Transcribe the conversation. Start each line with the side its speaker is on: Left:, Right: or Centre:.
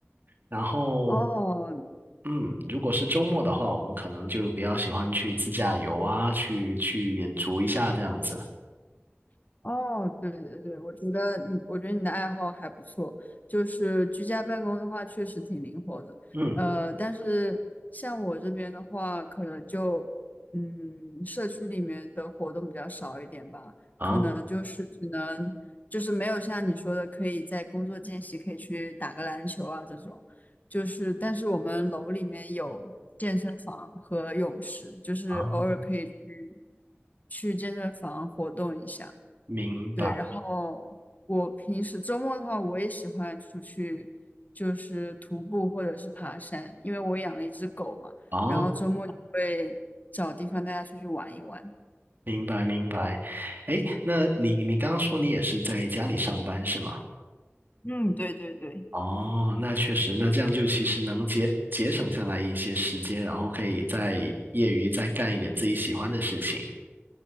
Right: 然后，
Left: 哦，
Right: 嗯，如果是周末的话，我们可能就比较喜欢去自驾游啊，去去远足一下这样子。
Left: 哦，对对对，我觉得你，我觉得你的爱好还不错，就是居家办公的话，确实挺灵活的。
Right: 嗯。
Left: 呃，但是像我这边的话，可能就，嗯，社区里面的活动比较少一点吧，
Right: 啊。
Left: 可能就是只能，就是没有像你说的，可以在工作间隙可以去打个篮球啊这种。就是，但是我们楼里面有健身房和泳池，就是偶尔可以去
Right: 啊，
Left: 去健身房活动一下。
Right: 明白
Left: 对，然后我平时周末的话，我也喜欢出去，就是徒步或者是爬山，因为我养了一只狗嘛，
Right: 哦，
Left: 然后周末就会找地方带它出去玩一玩。
Right: 明白明白。哎，那你你刚刚说你也是在家里上班是吗？
Left: 嗯，对对对，
Right: 哦，那确实，那这样就其实能节节省下来一些时间，然后可以在业余再干一点自己喜欢的事情。